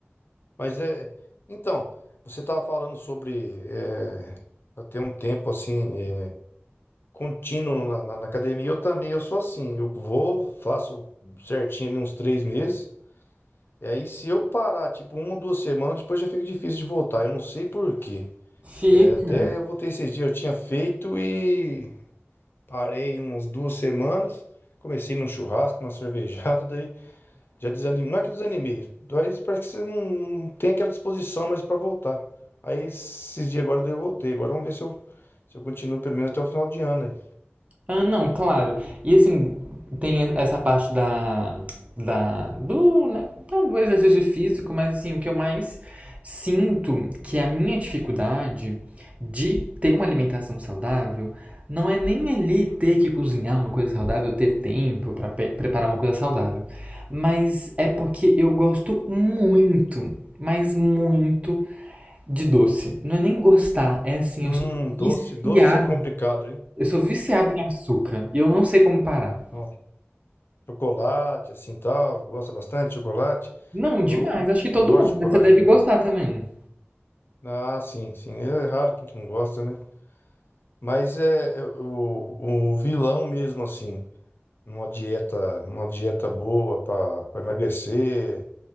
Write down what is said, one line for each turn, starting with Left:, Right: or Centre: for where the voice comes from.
Left: Mas é. Então, você estava falando sobre é, pra ter um tempo assim é, contínuo na, na- na academia. Eu também, eu sou assim. Eu vou, faço certinho ali uns três meses. E aí, se eu parar, tipo, uma ou duas semanas, depois já fica difícil de voltar. Eu não sei por quê.
Right: Fica
Left: É, Até eu voltei esses dias, eu tinha feito e Parei umas duas semanas, comecei num churrasco, numa <laughs> cervejada, daí já desanimei. Não é que desanimei, mas parece que você não tem aquela disposição mais pra voltar. Aí esses dias agora daí eu voltei. Agora vamos ver se eu, se eu continuo pelo menos até o final de ano aí.
Right: Ah, não, claro. E assim, tem essa parte da, da do, né, ah, do exercício físico, mas assim, o que eu mais sinto que é a minha dificuldade de ter uma alimentação saudável não é nem ali ter que cozinhar uma coisa saudável, ter tempo para preparar uma coisa saudável, mas é porque eu gosto muito, mas muito de doce. Não é nem gostar, é assim,
Left: Hum,
Right: eu sou
Left: doce,
Right: viciado
Left: doce é complicado, hein?
Right: eu sou viciado em açúcar e eu não sei como parar.
Left: Não, chocolate, assim tal, gosta bastante de chocolate.
Right: Não,
Left: Eu
Right: demais. Acho que
Left: adoro
Right: todo mundo,
Left: chocolate,
Right: né? Você deve
Left: né?
Right: gostar também.
Left: Ah, sim, sim. É raro quem que não gosta, né? Mas é, é o, o vilão mesmo, assim. numa dieta, uma dieta boa para emagrecer,